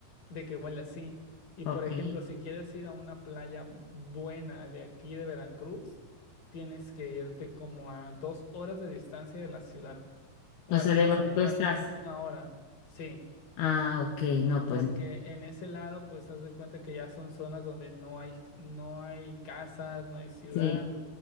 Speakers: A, on the left; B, on the left.
A: de que huela así. Y
B: ok.
A: por ejemplo, si quieres ir a una playa buena de aquí de Veracruz, tienes que irte como a dos horas de distancia de la ciudad, o
B: No
A: al
B: sé
A: menos,
B: de dónde tú
A: o
B: estás.
A: al menos una hora. Sí.
B: Ah, ok, no, pues
A: Porque
B: no.
A: en ese lado, pues, haz de cuenta que ya son zonas donde no hay, no hay casas, no hay ciudad.
B: sí.